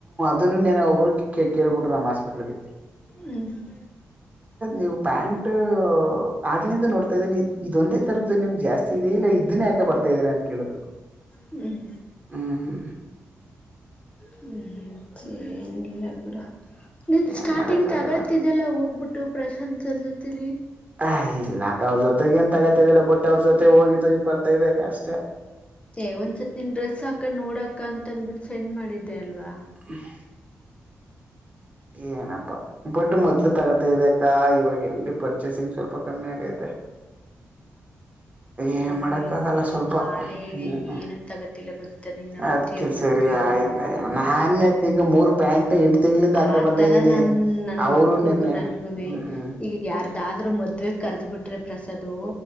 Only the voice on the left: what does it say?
ಹ್ಮ್ ಹ್ಮ್
ಹ್ಮ್ <inaudible>
ಹ್ಮ್ ಹ್ಮ್ <unintelligible> ಬಿಡ ನೀನ್ ಸ್ಟಾರ್ಟಿಂಗ್
ತಗೊಳ್ತಿದ್ದಲ್ಲ ಹೋಗ್ಬಿಟ್ಟು ಪ್ರಶಾಂತ್ ಸರ್ ಜೊತೆಲ್ಲಿ
ಹೇ ಒಂದ್ಸತ್ ನಿನ್ ಡ್ರೆಸ್ ಹಾಕ ನೋಡಾಕ್ಕ ಅಂತ ಅಂದನ್ಬಿಟ್ಟು ನಿನ್ ಸೆಂಡ್ ಮಾಡಿದ್ದೆ ಅಲ್ವಾ
ಅಯ್ಯೋ
ನಾನೇ ಈಗ
ಏನು ತಗತಿಲ್ಲ ಗೊತ್ತ ನೀನ್ ನಂಬತಿಯೋ
ಬಿಡ್ತಯೋ
ಆತರ
ನನ್ ನನ್
ಮಕ್ಳಗೂ
ನನ್ಗೂ
ಈಗ ಯ ಆದ್ರೂ ಮದ್ವೆ ಕರ್ದ್ ಬಿ್ರೆ ಪ್ರ ಅದು